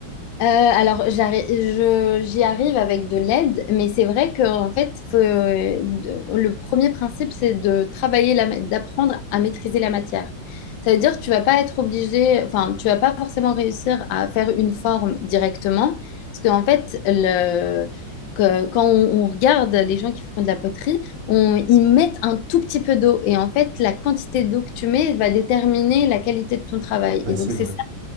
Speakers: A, on the left (about 75°); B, on the right (about 60°).
A: Euh, alors, j'arri- je- j'y arrive avec de l'aide, mais c'est vrai que en fait, faut, euh, de- le premier principe, c'est de travailler, la ma- d'apprendre à maîtriser la matière. Ça veut dire que tu vas pas être obligé, enfin, tu vas pas forcément réussir à faire une forme directement, parce qu'en fait, le, que- quand on, on regarde les gens qui font de la poterie, on, ils mettent un tout petit peu d'eau, et en fait, la quantité d'eau que tu mets va déterminer la qualité de ton travail.
B: Ouais,
A: Et donc,
B: c'est vrai.
A: c'est ça